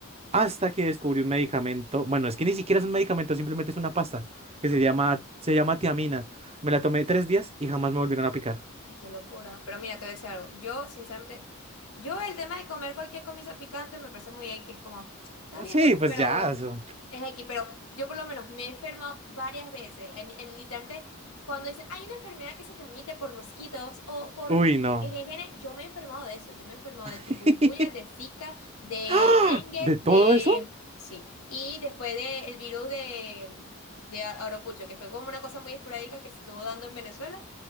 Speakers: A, on the right; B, on the left.
A: hasta que descubrió un medicamento, bueno, es que ni siquiera es un medicamento, simplemente es una pasta, que se
B: Ok.
A: llama, se llama tiamina. Me la tomé tres días y jamás me volvieron a picar.
B: Ay, qué locura. Pero mira, te voy a decir algo. Yo, sinceramente, yo el tema de comer cualquier comida picante me parece muy X. Como, está bien,
A: Sí,
B: bebé,
A: pues
B: pero
A: ya, eso.
B: es X. Pero yo por lo menos me he enfermado varias veces. En, en- literalmente, cuando dicen, hay una enfermedad que se transmite por mosquitos o por
A: Uy, no.
B: en gene, yo me he enfermado de eso. Yo me he enfermado de
A: <laughs>
B: chikungunya, de Zika, de
A: ¡Ah!
B: dengue,
A: ¿De todo
B: de...
A: eso?
B: Sí. Y después del virus de, de Aropucho, que fue como una cosa muy esporádica que se estuvo dando en Venezuela.